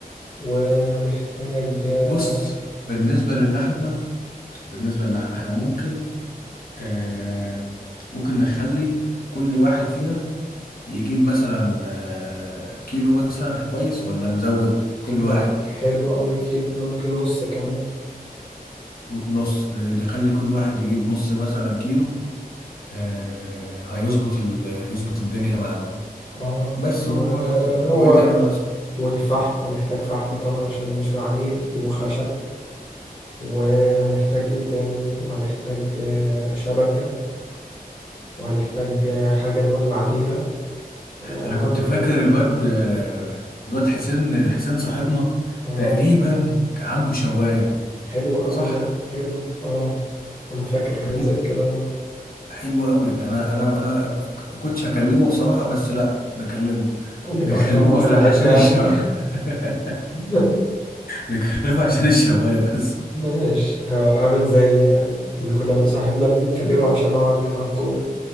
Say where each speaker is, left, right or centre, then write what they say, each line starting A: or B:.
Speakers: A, on the left (about 35°); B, on the left (about 70°).
A: وهنحتاج آه،
B: بص بالنسبة للحمة بالنسبة للحمة احنا ممكن آه، ممكن نخلي كل واحد فينا يجيب مثلا آه، كيلو مثلا كويس ولا نزود كل
A: لا
B: واحد
A: حلو أوي كيلو ممكن نص كمان
B: نص نخلي كل واحد يجيب نص مثلا كيلو آه، هيظبط ال... يظبط الدنيا معانا
A: اه
B: بس
A: وهو
B: و... وايه تاني ناقص
A: والفحم هنحتاج فحم طبعا عشان نشوي عليه وخشب وهنحتاج ايه تاني وهنحتاج آه، شبكة وهنحتاج آه، حاجة نولع بيها آه،
B: انا
A: ولا
B: كنت فاكر
A: باشا
B: الواد الواد حسين حسين صاحبنا
A: اه
B: تقريبا عنده شوايه
A: حلو أوي
B: صح
A: ده حلو اه أنا فاكر حاجة
B: مم.
A: زي كده برضه
B: حلو قوي انا انا انا ما كنتش هكلمه بصراحه بس لا نكلمه
A: هنبقى
B: نكلمه
A: بتوع مصلحتنا
B: عن- عشان الشوايه
A: يعني
B: <laughs>
A: <laughs>
B: نكلمه عشان الشوايه بس
A: ماشي آه، عامل زي اللي كنا صاحبنا اللي بنكلمه عشان هو اللي مع الكورة